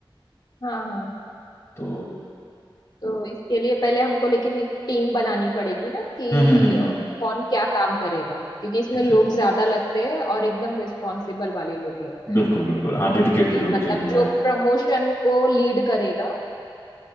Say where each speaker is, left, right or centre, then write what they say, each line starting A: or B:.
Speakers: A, on the left; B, on the left.
A: हाँ हाँ
B: तो
A: तो इसके लिए पहले हमको लेकिन एक टीम बनानी पड़ेगी ना कि
B: हम्म हम्म हम्म
A: अ,
B: हम्म,
A: कौन क्या काम करेगा क्योंकि इसमें
B: ठीक
A: लोग
B: है
A: ज्यादा लगते हैं और एकदम रिस्पॉन्सिबल वाले लोग लगते
B: बिल्कुल
A: हैं
B: बिल्कुल हाँ डेडिकेटेड
A: ये
B: लोग
A: मतलब
B: चाहिए
A: जो
B: यार
A: प्रमोशन को लीड करेगा